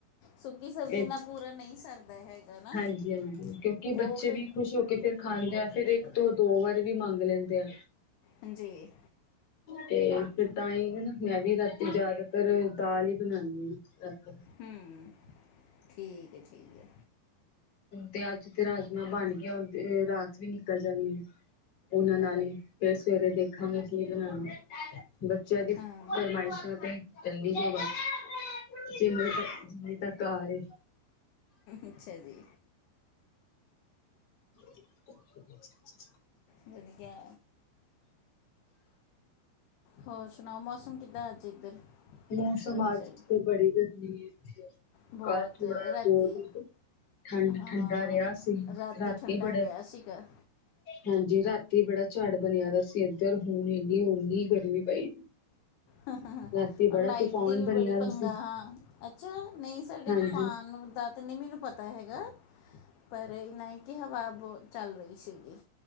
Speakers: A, on the left; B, on the left.
A: ਸੁੱਕੀ ਸਬਜ਼ੀ
B: ਇਹ
A: ਨਾਲ, ਪੂਰਾ ਨਹੀਂ ਸਰਦਾ ਹੈਗਾ। ਨਾ
B: ਹਾਂਜੀ- ਹਾਂਜੀ, ਕਿਉਂਕਿ
A: ਉਹ
B: ਬੱਚੇ
A: ਫਿਰ
B: ਵੀ, ਖੁਸ਼ ਹੋ ਕੇ ਫੇਰ। ਖਾਂਦੇ ਆ। ਫੇਰ ਇੱਕ ਤੋਂ, ਦੋ ਵਾਰੀ ਵੀ, ਮੰਗ ਲੈਂਦੇ ਆ।
A: ਹਾਂਜੀ।
B: ਤੇ, ਫੇਰ ਤਾਂ ਹੀ, ਨਾ ਮੈਂ ਵੀ, ਰਾਤੀ ਜ਼ਿਆਦਾਤਰ ਦਾਲ ਹੀ, ਬਣਾਨਦੀ ਹਾਂ। ਅੱਛ।
A: ਹੂੰ, ਠੀਕ ਹੈ, ਠੀਕ ਹੈ।
B: ਤੇ, ਅੱਜ ਤੇ, ਰਾਜਮਾਂ ਬਣ ਗਏ, ਹੁਣ ਤੇ ਰਾਤ ਵੀ ਨਿਕਲ ਜਾਣੀ ਆ। ਉਹਨਾਂ ਨਾਲ ਹੀ। ਫੇਰ ਸਵੇਰੇ, ਦੇਖਾਂਗੇ ਕੀ ਬਣਾਣਾ। ਬੱਚਿਆਂ ਦੀ,
A: ਹਾਂ
B: ਫਰਮਾਇਸ਼ਾਂ ਤੇ। ਚੰ <unintelligible> ਦੀ ਬ ਜਿ ਤ ਜਿੰਨੀ ਤੱਕ ਘਰ ਐ।
A: ਅੱਛਾ ਜੀ।
B: <inaudible>
A: ਜਦੋ ਕਿ ਆ। ਹੋਰ ਸੁਣਾਓ? ਮੌਸਮ ਕਿੱਦਾਂ, ਅੱਜ ਇੱਧਰ।
B: ਮੌਸਮ,
A: ਤੁਹਾਡੀ
B: ਅੱਜ
A: ਸਾਈਡ?
B: ਤੇ, ਬੜੀ ਗਰਮੀ ਏ ਇਥੇ।
A: ਬਹੁਤ
B: ਕੱਲ ਥੋੜਾ
A: ਰਾਤੀ
B: ਦੋ ਦ। ਠੰਡ-
A: ਹਾਂ
B: ਠੰਡਾ, ਰਿਹਾ ਸੀ। ਰਾਤੀ
A: ਠੰਡਾ
B: ਬੜਾ।
A: ਰਿਹਾ ਸੀਗਾ
B: ਹਾਂਜੀ। ਰਾਤੀ ਬੜਾ, ਝਾੜ ਬਣਿਆ ਪਿਆ ਸੀ, ਇੱਧਰ ਹੁਣ ਇੰਨੀ, ਓਨੀ ਗਰਮੀ ਪਈ।
A: ਹਾਂ ਹਾਂ ਹਾਂ।
B: ਰਾਤੀ
A: ਔਰ,
B: ਬੜਾ
A: ਲਾਈਟ
B: ਤੂਫਾਨ
A: ਦੀ ਵੀ,
B: ਬਣਿਆ
A: ਬੜੀ ਪੰਗਾ,
B: ਸੀ
A: ਹਾਂ। ਅੱਛਾ! ਨਹੀਂ ਸਾਡੇ,
B: ਹਾਂਜੀ
A: ਤੂਫਾਨ ਓਨਦਾ। ਤਾਂ ਨਹੀਂ ਮੈਨੂੰ, ਪਤਾ ਹੈਗਾ। ਪਰ ਇਨਾ ਹੈ, ਕਿ ਹਵਾ ਬਹੁਤ ਚੱਲ ਰਹੀ ਸੀਗੀ।